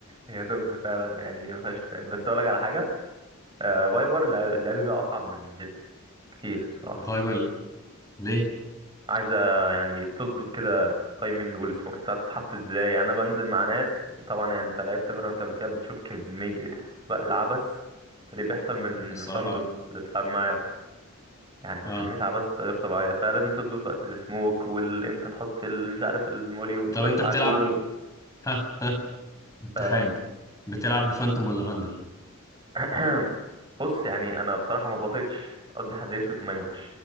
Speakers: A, on the right; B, on the left.
A: هي سجنه فعلا يعني ما فيهاش كلام بس اقول لك على حاجه آه فايبر لعب- اللعب بيها اصعب من جيت كتير صراحة
B: فايبر ليه
A: عايزة يعني تظبط كده تايمنج والسموكس بتاعتها تتحط ازاي يعني انا بنزل مع ناس طبعا يعني انت لعبت فالورانت قبل كده بتشوف كمية بقى العبث اللي بيحصل من
B: هو الصراحه
A: الراندوم اللي بتلعب معاه يعني
B: اه
A: كمية عبث غير طبيعية فلازم تظبط وقت السموك والامتى تحط ال- مش عارف المولي وامتى
B: طب
A: ترفع
B: انت بتلعب
A: الوول
B: ها ها امتحان
A: ف...
B: بتلعب بفانتوم ولا فاندل
A: <clears throat> بص يعني انا بصراحة ما بطيقش اقضي حد يشوت وما يموتش